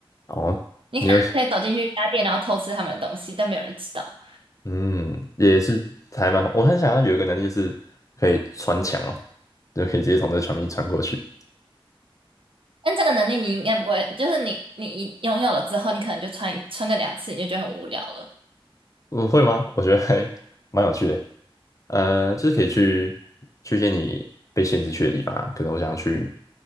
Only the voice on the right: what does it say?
你可能可以走进去一家店，
然后偷吃他们的东西，但没有人知道。
但这个能力你应该不会，就是你你一拥有了之后，你可能就穿一穿个两次，你就觉得很无聊了。